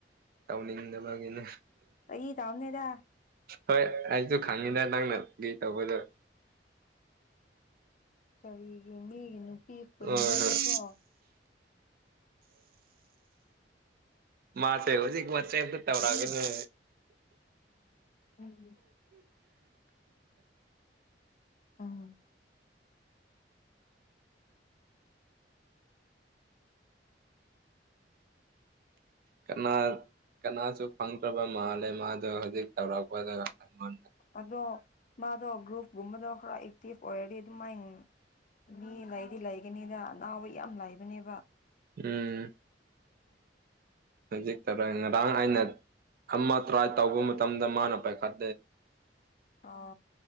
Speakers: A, on the right; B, on the left.
A: ꯇꯥꯎꯅꯤꯗ ꯃꯥꯒꯦꯅ
B: ꯐꯥꯒꯤ ꯇꯧꯕꯅꯤꯗ
A: ꯍꯣꯏ ꯑꯩꯁꯨ ꯈꯉꯅꯤꯗꯥ ꯂꯪꯅ ꯒꯤ ꯇꯧꯕꯗ
B: ꯀꯔꯤ ꯃꯤꯒꯤ ꯅꯨꯄꯤ ꯄꯨꯟꯗꯣꯏꯅꯀꯣ
A: ꯍꯣꯏ ꯍꯣꯏ ꯃꯥꯁ ꯍꯧꯖꯤꯛ ꯋꯥꯆꯞ ꯇ ꯇꯧꯔꯒꯦꯅꯦ
B: ꯎꯝ ꯎꯝ
A: ꯀꯅꯥ ꯀꯅꯥꯁꯨ ꯐꯪꯗ꯭ꯔꯕ ꯃꯥꯜꯂꯦ ꯃꯥꯗꯣ ꯍꯧꯖꯤꯛ ꯇꯧꯔꯛꯄꯗꯉꯣꯟ
B: ꯑꯗꯣ ꯃꯥꯗꯣ ꯒ꯭ꯔꯨꯞꯨꯞꯒꯨꯝꯕꯗꯣ ꯈꯔ ꯑꯦꯛꯇꯤꯚ ꯑꯣꯏꯔꯗꯤ ꯑꯗꯨ ꯃꯥꯏ ꯃꯤ ꯂꯩꯗꯤ ꯂꯩꯒꯅꯤꯗ ꯑꯅꯥꯎꯕ ꯌꯥꯝ ꯂꯩꯕꯅꯦꯕ
A: ꯎꯝ
B: ꯌꯥ
A: <unintelligible> ꯉꯔꯥꯡ ꯑꯩꯅ ꯑꯃ ꯇ꯭ꯔꯥꯏ ꯇꯧꯕ ꯃꯇꯝꯗ ꯃꯥꯅ ꯄꯥꯏꯈꯠ
B: ꯑꯣ